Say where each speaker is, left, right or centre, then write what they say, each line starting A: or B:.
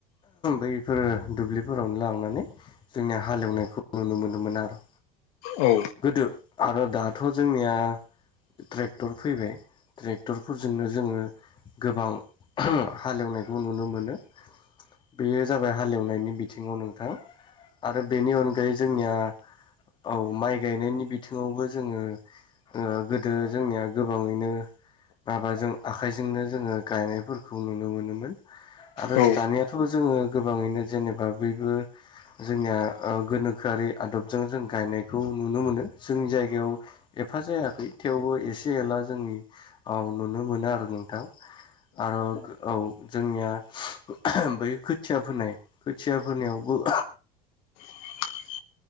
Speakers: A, on the left; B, on the left.
A: बैफोरो दुब्लिफोरावनो लांनानै जोंनिया हालेवनायखौ नुनो मोनोमोन आरो।
B: औ
A: गोदो, आरो दाथ' जोंनिया ट्रेक्टर फैबाय ट्रेक्टरफोरजोंनो जोङो गोबां हालेवनायखौ नुनो मोनो। बेयो जाबाय हालेवनायनि बिथिङाव नोंथां आरो बेनि अनगायै जोंनिया औ माइ गायनायनि बिथिङावबो जोङो ओ गोदो जोंनिया गोबाङैनो माबाजों आखाइजोंनो जोङो गायनायफोरखौ नुनो मोनोमोन आरो
B: औ
A: दानिया जोङो गोबाङैनो जेनेबा बैबो जोंनिया ओ गोनोखोआरि आदबजों जों गा नायखौ नुनो मोनो। जोंनि जायगायाव एफा जायाखै थेवबो एसे एला जोंनि औ नुनो मोनो आरो नोंथां, आरो औ जोंनिया ओमफ्राय खोथिया फोनाय, खोथिया फोनायावबो
B: <inaudible>